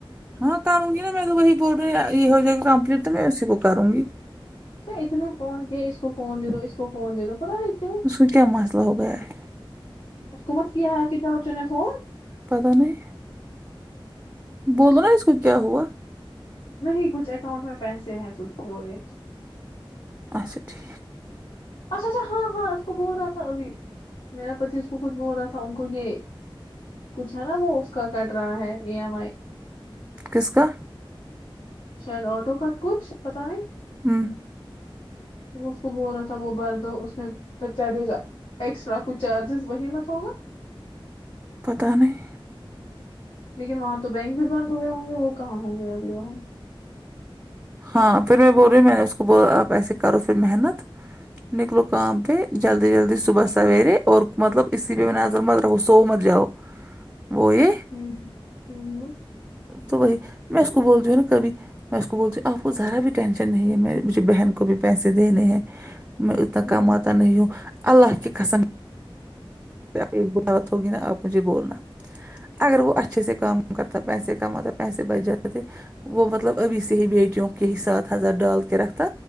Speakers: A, on the right (about 15°); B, on the left (about 75°).
A: ہاں کروں گی نا میں تو کو وہی بول رہی یہ ہو جائے گا کمپلیٹ تو میں اسی کو کروں گی
B: اتنے فون کیا اس کو فون د دو اس کو فون دے دو پتا نہیں کیوں
A: اس کو کیا مسئلہ ہو گیا ہے
B: اس کو مت کیا ہے آپ کی <unintelligible>
A: پتا نہیں بولو نا اس کو کیا ہوا
B: نہیں کچھ اکاؤنٹ میں پیسے ہیں وہ ہے
A: اچھا ٹھیک
B: اچھا اچھا ہاں ہاں اس کو بول رہا تھا ابھی میرا پتی اس کو خود بول رہا تھا ان کو یہ کچھ ہے نا وہ اس کا کٹ رہا ہے ای ایم آئی
A: کس کا
B: شاید آٹو کا کچھ پتا نہیں
A: امم
B: اسکو بولا تھا وہ بھر دو اس میں پھر چارجز ایکسٹرا کچھ چارجز وہی مت ہوگا
A: پتہ نہیں
B: لیکن وہاں تو بینک بھی بند ہو گیا ہوں گا وہ کہاں ہوں گے ابھی وہاں
A: ہاں پھر میں بول رہی میں نے اس کو آپ ایسے کرو پھر محنت نکلو کام تھے جلدی جلدی صبح سویرے اور مطلب اسی پہ میں نظر سو مت جاؤ وہ یہ
B: ہم ھمم امم ھمم
A: تو وہی میں اس کو بولتی ہوں نا کبھی میں اس کو بولتی آپ کو ذرا بھی ٹینشن نہیں ہے میں مجھے بہن کو بھی پیسے دینے ہیں میں اتنا
B: ہوں
A: کماتا نہیں ہوں اللہ کی قسم ایک بات ہوگی نا آپ مجھے بولنا اگر وہ اچھے سے کام کرتا پیسے کماتا پیسے بچ جاتے تھے وہ مطلب ابھی سے ہی بیٹیوں کے ہی ساتھ ہزار ڈال کے رکھتا